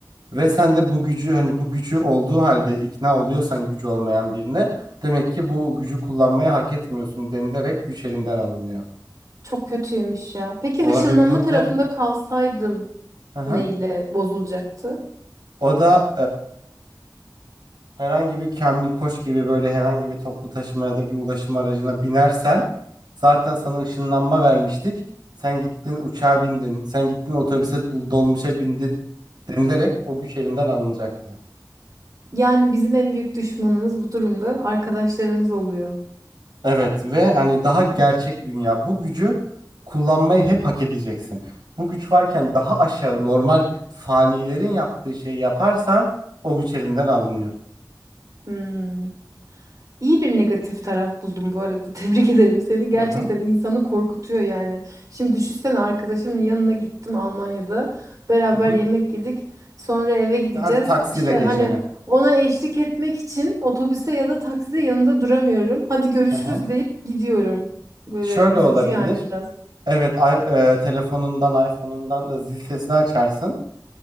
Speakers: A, on the right (about 80°); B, on the right (about 55°).
A: Ve sen de bu gücü hani bu gücü olduğu halde ikna oluyorsan gücü olmayan birine demek ki bu gücü kullanmayı hak etmiyorsun denilerek güç elinden alınıyor.
B: Çok kötüymüş ya. Peki
A: Olabildiğince
B: ışınlanma tarafında kalsaydım
A: hı hı.
B: neyle bozulacaktı?
A: O da herhangi bir Kamil Koç gibi böyle herhangi bir toplu taşıma ya da bir ulaşım aracına binersen zaten sana ışınlanma vermiştik. Sen gittin uçağa bindin, sen gittin otobüse dol- dolmuşa bindin denilerek o güç elinden alınacaktı.
B: Yani bizim en büyük düşmanımız bu durumda arkadaşlarımız oluyor.
A: Evet ve hani daha gerçek dünya bu gücü kullanmayı hep hak edeceksin. Bu güç varken daha aşağı normal fanilerin yaptığı şeyi yaparsan o güç elinden alınıyor.
B: Hmm. İyi bir negatif taraf buldum bu arada. <laughs> Tebrik ederim seni. Gerçekten
A: Aha,
B: insanı korkutuyor yani. Şimdi düşünsene arkadaşımın yanına gittim Almanya'da. Beraber
A: Hı hı.
B: yemek yedik. Sonra eve gideceğiz.
A: Hadi taksiyle
B: İşte
A: geçelim.
B: hani ona eşlik etmek için otobüste ya da takside yanında duramıyorum. Hadi görüşürüz
A: Aha.
B: deyip gidiyorum. Böyle
A: Şöyle
B: üzücü
A: olabilir.
B: yani biraz.
A: Evet, i- e, telefonundan, iPhone'undan da zil sesini açarsın.